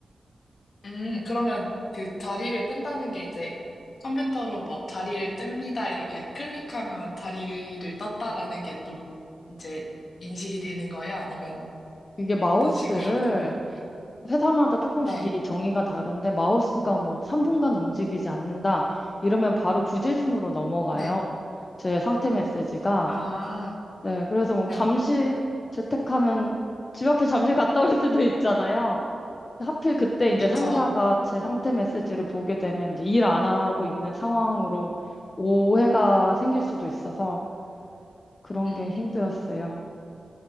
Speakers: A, on the left; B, on the left.
A: 음, 그러면 그 자리를 뜬다는 게 이제 컴퓨터로 뭐 자리를 뜹니다 이렇게 클릭하면 자리를 떴다라는 게 또 이제 인식이 되는 거예요? 아니면
B: 이게 마우스를
A: 어떤 식으로 <laughs> 되는 거예요?
B: 회사마다 조금씩
A: 네,
B: 이 정의가 다른데 마우스가 뭐 3분간 움직이지 않는다 이러면 바로 부재중으로 넘어가요.
A: 네.
B: 제 상태 메시지가.
A: 아,
B: 네, 그래서 뭐
A: 네.
B: 잠시 재택하면 집 앞에 잠시 갔다 올 수도 있잖아요. 근데 하필 그때 이제
A: 그쵸.
B: 상사가 제 상태 메시지를 보게 되면 이제 일 안 하고 있는 상황으로 오해가 생길 수도 있어서 그런
A: 음,
B: 게 힘들었어요.